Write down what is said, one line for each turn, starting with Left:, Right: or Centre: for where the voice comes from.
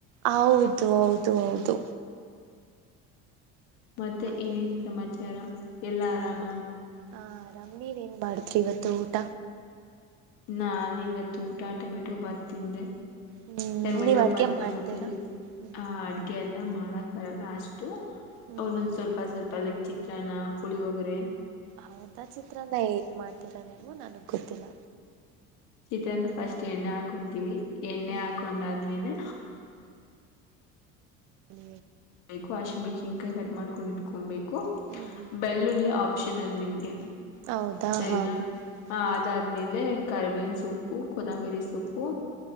Right: ಹೌದು ಹೌದು ದು
Left: ಮತ್ತೆ
Right: ಅದೊಂದು
Left: ಇನ್ನನ್ ಸಮಾಚಾರ ಎಲ್ಲ ಆರಾಮ
Right: ಹಾ ಆರಾಮ್ ನೀವ್ ಏನ್ ಮಾಡಿದ್ರಿ ಇವತ್ತು ಊಟ
Left: ನಾನ್ ಇವತ್ತು ಊಟ ಟೊಮೆಟೊ ಬಾತ್ ತಿಂದೆ
Right: ಹ್ಮ್
Left: ಟೊಮೆಟೊ
Right: ನೀವ್ ಅಡ್ಗೆ
Left: ಭಾತು
Right: ಮಾಡ್ತೀರಾ
Left: ಮತ್ತೆ
Right: ಹ್ಮ್
Left: ಹ ಅಡ್ಗೆ ಎಲ್ಲ ಮಾಡಕ್ ಬರಲ್ಲ ಅಷ್ಟ
Right: ಹ್ಮ್
Left: ಅವನೊಂದ ಸ್ವಲ್ಪ ಸ್ವಲ್ಪ ಪಲಕ್ ಚಿತ್ರನ ಪುಳಿ ಹೋಗ್ರೆ
Right: ಹೌದಾ ಚಿತ್ರನ ಮಾಡ್ತ ತ್ತೀರ ನೀವು ನನಗೆ ಗೊತ್ತಿಲ್ಲ
Left: ಚಿತ್ರಾನ್ ಫಸ್ಟ್ ಎಣ್ಣೆ ಹಾಕೊಂತೀವಿ ಎಣ್ಣೆ
Right: ಹ್ಮ್
Left: ಹಾಕೊಂಡಾದ್ಮೇಲೆ
Right: ಹ್ಮ
Left: ಬೈಕು ಆಶಿಮೆಣಿಕಾಯಿ ಕಟ್ ಮಾಡ್ಕೊಂಡು ಇಟ್ಕೊಂಬಬೇಕು
Right: ಹ್ಮ್ ಹ್ಮ್
Left: ಬೆಳ್ಳುಳ್ಳಿ ಆಪ್ ಆಪ್ಷನಲ್ಲಿ ನಿಮ್ಗೆ
Right: ಹೌದಾ
Left: ಸರಿನಾ
Right: ಹಾ
Left: ಹ
Right: ಹ್ಮ್
Left: ಅದಾದ್ಮೇಲೆ ಕರಿಬೇನ್ ಸೊಪ್ಪು ಕೊತ್ತಂಬಿರಿ ಸೊಪ್ಪು